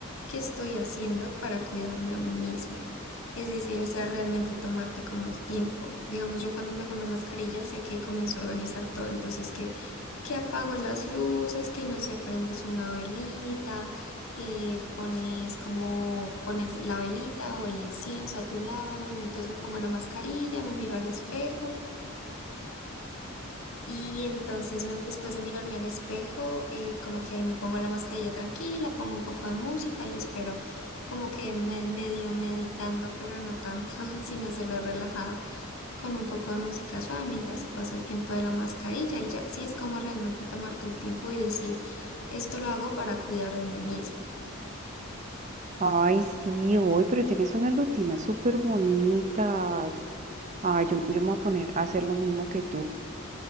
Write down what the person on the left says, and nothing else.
que estoy haciendo para cuidarme a mí misma. Es decir, o sea, realmente tomarte como el tiempo. Digamos, yo cuando me hago una mascarilla sé que comienzo a organizar todo, entonces que, que apago las luces, que no sé, prendes una velita, eh, pones como, pones la velita o el incienso a tu lado y me- entonces me pongo la mascarilla, me miro al espejo. Y entonces me- después de mirarme al espejo, eh, como que ahí me pongo la mascarilla tranquila, pongo un poco de música y espero como que me medio meditando, pero no tanto, <laughs> sino solo relajada, con un poco de música suave mientras se pasa el tiempo de la mascarilla y ya, así es como realmente tomarte el tiempo y decir, esto lo hago para cuidar de mí mismo.